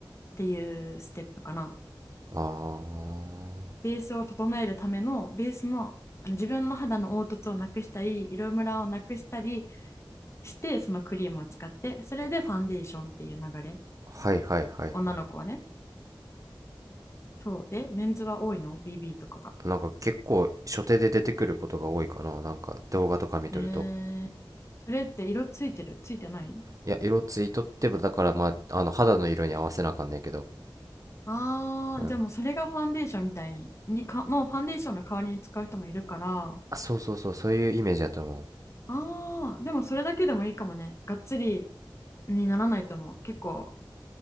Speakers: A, on the left (about 35°); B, on the right (about 40°).
A: ていうステップかな。
B: ああ、
A: ベースを整えるための、ベースの、あの自分の肌の凹凸をなくしたり、色ムラをなくしたりして、そのクリームを使って、それでファンデーションっていう流れ。
B: はいはいはいは
A: 女の子はね。そう。で、メンズは多いの ?BB とかが。
B: い。なんか結構初手で出てくることが多いかな。なんか動画とか見とると。
A: へえ。それって色ついてるついてない
B: いや、色ついとってば、だからまあ、あの肌の色に合わせなあかんねんけど。
A: ああー、
B: うん。
A: じゃあもうそれがファンデーションみたいに、にか、のファンデーションの代わりに使う人もいるから、
B: あ、そうそうそう、そういうイメージやと思う。
A: ああ、でもそれだけでもいいかもね。がっつりにならないと思う。結構、